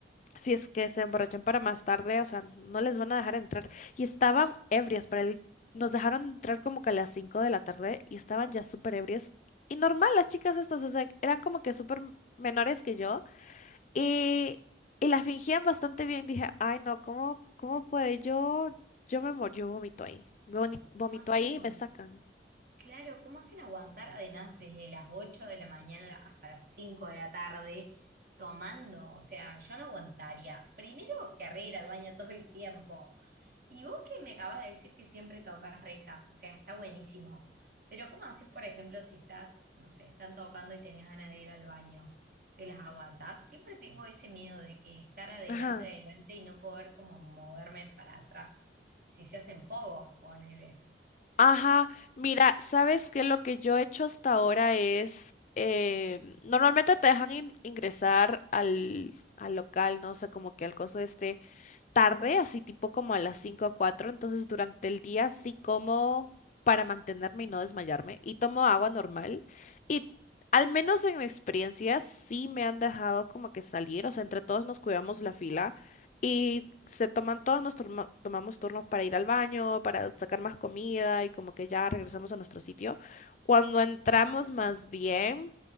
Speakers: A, on the left; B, on the right.
A: Si es que se emborrachan para más tarde, o sea, no les van a dejar entrar. Y estaban ebrias para el... Nos dejaron entrar como que a las 5 de la tarde y estaban ya súper ebrias. Y normal, las chicas estas, o sea, eran como que súper menores que yo. Y, y la fingían bastante bien. Dije, ay, no, ¿cómo, cómo puede? Yo, yo me mor, yo vomito ahí. Voni- Vomito
B: ¿Cómo hacen?
A: ahí y me sacan.
B: Claro, ¿cómo hacen aguantar además desde las 8 de la mañana hasta las 5 de la tarde tomando? O sea, yo no aguantaría. Primero, querré ir al baño todo el tiempo. Y vos que me acabas de decir que siempre tocas rejas, o sea, está buenísimo. Pero ¿cómo haces, por ejemplo, si estás, no sé, están tocando y tenés ganas de ir al baño? ¿Te las aguantás? Siempre tengo ese miedo de que estar adelante,
A: Ajá.
B: adelante y no poder como moverme para atrás. Si se hacen pogos, ponele.
A: Ajá, mira, ¿sabes qué? Lo que yo he hecho hasta ahora es, eh, normalmente te dejan in- ingresar al, al local, ¿no? O sea, como que al coso este, tarde, así tipo como a las 5 o cuatro entonces durante el día sí como para mantenerme y no desmayarme y tomo agua normal y al menos en mi experiencia sí me han dejado como que salir, o sea, entre todos nos cuidamos la fila y se toman todos, nos turno- tomamos turnos para ir al baño, para sacar más comida y como que ya regresamos a nuestro sitio. Cuando entramos más bien,